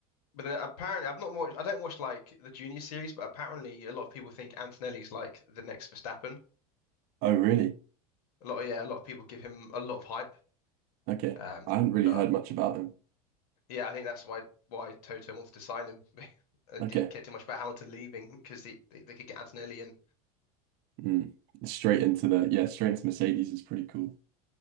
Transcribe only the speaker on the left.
But then apparently, I've not watched. I don't watch like the junior series, but apparently, a lot of people think Antonelli's like the next Verstappen.
A lot of yeah, a lot of people give him a lot of hype.
Um,
but
yeah, I think that's why why Toto wanted to sign him. <laughs> They
didn't care too much about Hamilton leaving because they, they they could get Antonelli in.